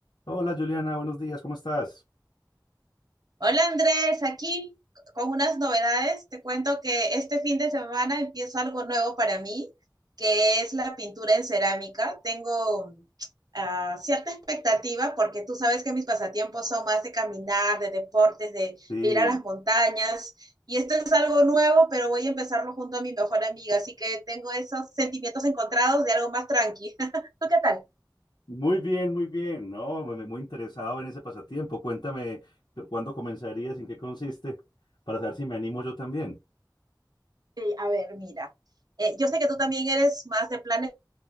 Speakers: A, on the left (about 70°); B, on the right (about 55°).
A: Hola Juliana, buenos días, ¿cómo estás?
B: Hola Andrés, aquí con unas novedades. Te cuento que este fin de semana empiezo algo nuevo para mí, que es la pintura en cerámica. Tengo mm, ah, cierta expectativa porque tú sabes que mis pasatiempos son más de caminar, de deportes, de,
A: Sí,
B: de ir a las montañas. Y esto es algo nuevo, pero voy a empezarlo junto a mi mejor amiga, así que tengo esos sentimientos encontrados de algo más tranqui. <laughs> ¿Tú qué tal?
A: muy bien, muy bien, ¿no? Muy, muy interesado en ese pasatiempo. Cuéntame cu- cuándo comenzarías, en qué consiste, para saber si me animo yo también.
B: Sí, a ver, mira. Eh, yo sé que tú también eres más de planes